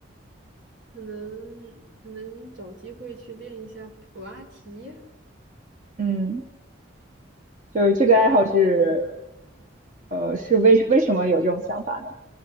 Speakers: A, on the right (about 65°); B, on the right (about 40°).
A: 可能可能找机会去练一下普拉提。
B: 嗯，就是这个爱好是，
A: 对，我感觉可能
B: 呃，是为为什么有这种想法呢？